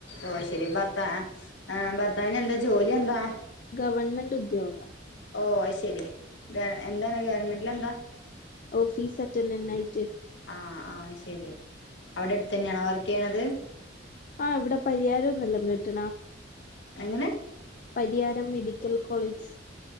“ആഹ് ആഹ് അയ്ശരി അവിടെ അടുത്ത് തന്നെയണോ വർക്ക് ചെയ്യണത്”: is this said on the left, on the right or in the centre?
Left